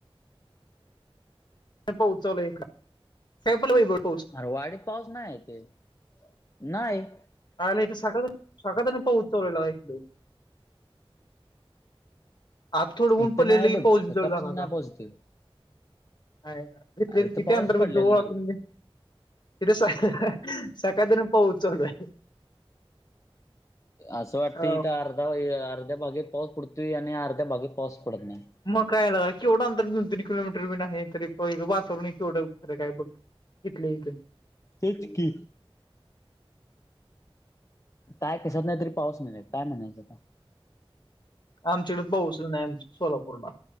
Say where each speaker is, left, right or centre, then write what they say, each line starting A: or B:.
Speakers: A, on the left; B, on the left.
A: पाऊस चालू इकडे <unintelligible>
B: अरे वाडीत पाऊस नाही आहे इथे नाही.
A: <unintelligible> सकाळ जरन पाऊस चालू लका इकडे <unintelligible> आता थोडं ऊन
B: इथं
A: पडलेलं
B: नाही
A: की
B: बघ
A: पाऊस बि
B: सकाळपासून
A: लगे चालू झाला आता
B: नाही पाऊस इथं
A: हाय. तथ
B: इथं
A: किती
B: पाऊसच
A: अंतर
B: पडलेला
A: जवळ.
B: नाही
A: <unintelligible>
B: बघ
A: तिथे <unintelligible> सकाळ जरन पाऊस चालू हाय.
B: असं वाटतं
A: अ
B: इथ अर्धा अर्ध्या भागेत पाऊस पडतोय आणि अर्ध्या भागेत पाऊस पडत नाही.
A: मग काय लगा केवढं अंतर दोन तीन किलोमीटर बी नाही तरी वातावरण केवढं फरक आहे बघ. इथल्या इथ.
B: तेच की. काय कसात नाही तरी पाऊस नाही काय म्हणायचं आता.
A: आमच्याकडे पाऊसच नाही आमच्या सोलापूरला.